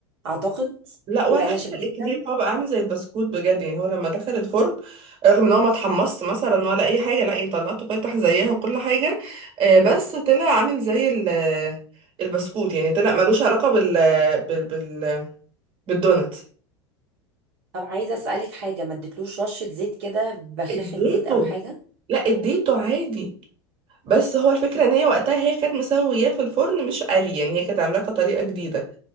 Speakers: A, on the right; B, on the right.
A: اعتقد
B: لا ولا
A: يبقى ناشف
B: حتى الاكلير
A: جدا
B: هو بقى عامل زي البسكوت بجد يعني هو لما دخل الفرن رغم ان هو ما اتحمص مثلا ولا اي حاجة لا يعني طلعته فاتح زيها وكل حاجة آه،
A: امم.
B: بس طلع عامل زي ال- البسكوت يعني طلع ملوش علاقة بال بال بال بالدونات
A: طب عايزه اسالك حاجه ما اديتلوش رشه زيت كده بخاخه
B: اديته
A: زيت او حاجه
B: لا اديته عادي بس هو الفكرة ان هي وقتها هي كانت مسوياه في الفرن مش قلي يعني هي كانت عاملاه كطريقة جديدة